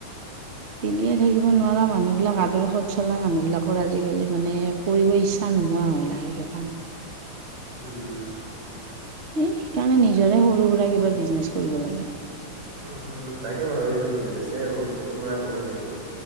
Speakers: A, on the right; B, on the right.
A: এনিয়ে থাকিব নোৱাৰা। মানুহ বিলাক আদৰ্শত চলা মানুহ বিলাকৰ আজিকালি মানে কৰিব ইচ্ছা নোহোৱা হয় লাহেকৈ কাম।
B: উম।
A: এই সেইকাৰণে নিজৰে সৰু সুৰা কিবা ব্ৰিজনেছ কৰিব লাগে।
B: উম, তাকে ভাবিছোঁ। ব্ৰিজনেছে সৰু সুৰা কৰোঁ নেকি?